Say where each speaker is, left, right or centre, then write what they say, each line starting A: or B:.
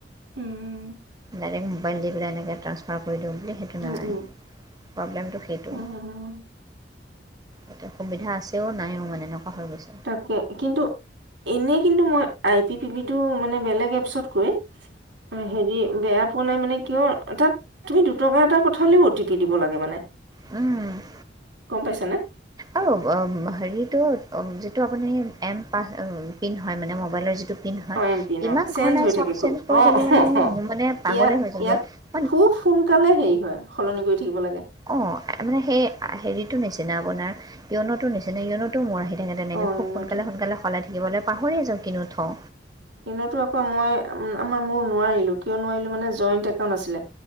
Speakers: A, on the right (about 80°); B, on the right (about 20°).
A: উম
B: ডাইৰেক্ট মোবাইল দি পেলাই এনেকে ট্ৰাঞ্চফাৰ কৰি দিও বুলি সেইটো
A: উম
B: নাই
A: উম
B: প্ৰব্লেমটো সেইটো
A: উম
B: এতে সুবিধা আছেও নায়ো মানে এনেকোৱা হৈ গৈছে
A: তাকে কিন্তু এনেই কিন্তু মই আই পি পিটো মানে বেলেগ এপছতকৈ অ হেৰি বেয়া পোৱা নাই মানে কিয় তাত তুমি দুটকা এটা পথালেও অ টি পি দিব লাগে মানে
B: উম
A: গম পাইছানে
B: আৰু হেৰিটো যিটো আপুনি এম পা পিন হয় মানে মোবাইলৰ যিটো নহয়
A: অ' এম পিন
B: ইমান
A: অ' চেঞ্জ
B: ঘনাই
A: হৈ
B: চব
A: থাকে খুব
B: চেট কৰি
A: অ'
B: থাকিব লাগে
A: অ'
B: মানে মানে পাগলে
A: ইয়াত
B: হৈ যাবগৈ
A: ইয়াত খুব সোনকালে হেৰি হয় সলনি কৰি থাকিব লাগে
B: অ মানে সেই হেৰিটো নিচিনা আপোনাৰ য়নতো নিচিনা য়নত তো মোৰ আহি থাকে তেনেকে
A: অ'
B: খুব
A: ইউন'টো
B: সোনকালে সোনকালে সলাই থাকিবলৈ পাহৰি যাও কিনো থও
A: ইনেতো আকৌ মই আমাৰ মোৰ নোৱাৰিলো কিয় নোৱাৰিলো মানে জইণ্ট একাউণ্ট আছিলে